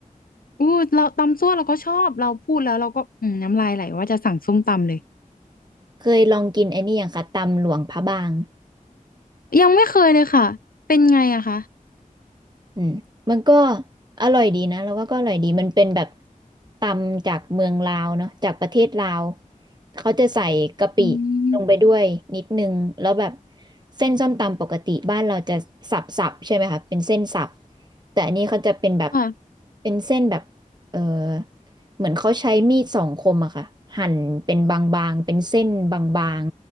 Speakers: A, on the left (about 85°); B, on the right (about 30°).
A: อู้เราตำซั่วเราก็ชอบเราพูดแล้วเราก็อืมน้ำลายไหลว่าจะสั่งส้มตำเลย
B: เคยลองกินอันนี้อย่างคะตำหลวงพระบาง
A: ยังไม่เคยเลยค่ะเป็นไงอะคะ
B: อืมมันก็อร่อยดีนะเราว่าก็อร่อยดีมันเป็นแบบตำจากเมืองลาวเนาะจากประเทศลาวเขาจะใส่กะปิลงไปด้วยนิดนึงแล้วแบบ
A: อืม
B: เส้นส้มตำปกติบ้านเราจะสับๆใช่ไหมคะเป็นเส้นสับแต่อันนี้เขาจะเป็นแบบ
A: ค่ะ
B: เป็นเส้นแบบ เออเหมือนเขาใช้มีดสองคมอะค่ะหั่นเป็นบางๆเป็นเส้นบาง